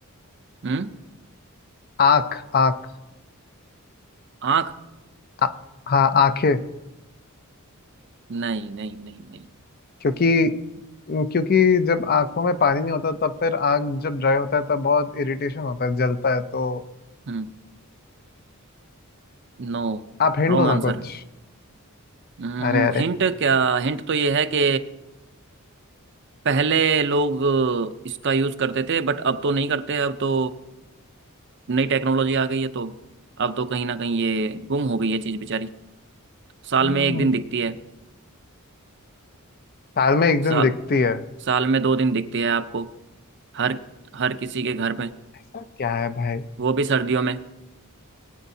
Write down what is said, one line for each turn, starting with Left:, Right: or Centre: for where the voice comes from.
Right: हम्म
Left: आँख आँख
Right: आँख
Left: आ- हाँ आंखें
Right: नहीं नहीं नहीं नहीं
Left: क्योंकि क्योंकि जब आंखों में पानी नहीं होता तब फिर आँख जब ड्राई होता है तब बहुत इरिटेशन होता है जलता है तो
Right: Hmm No
Left: आप हिंट
Right: Wrong
Left: दो ना
Right: answer
Left: कुछ
Right: Hmm
Left: अरे अरे
Right: hint क्या हिंट तो ये है कि पहले लोग इसका यूज़ करते थे बट अब तो नहीं करते अब तो नई टेक्नोलॉजी आ गई है तो अब तो कहीं ना कहीं ये गुम हो गई है चीज़ बेचारी साल
Left: हम्म,
Right: में एक दिन दिखती है
Left: साल में एक
Right: साल
Left: दिन दिखती है
Right: साल में दो दिन दिखती है आपको हर हर किसी के घर में
Left: ऐसा क्या है भाई
Right: वो भी सर्दियों में